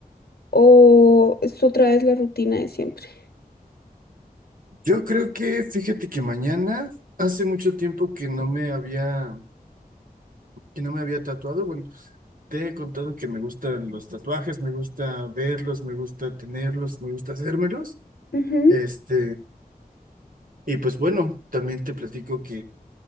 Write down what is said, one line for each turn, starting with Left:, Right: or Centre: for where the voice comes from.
Left: o es otra vez la rutina de siempre?
Right: Yo creo que, fíjate que mañana, hace mucho tiempo que no me había, que no me había tatuado. Bueno, te he contado que me gustan los tatuajes, me gusta verlos, me gusta tenerlos, me gusta hacérmelos.
Left: Ujú.
Right: Este, y pues bueno, también te platico